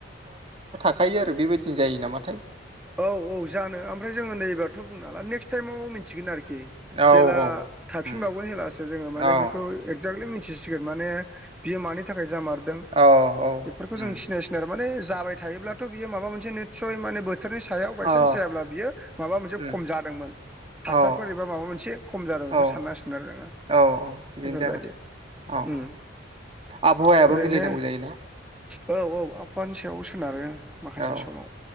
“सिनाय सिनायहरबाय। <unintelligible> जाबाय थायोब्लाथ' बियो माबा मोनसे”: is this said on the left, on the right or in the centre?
Centre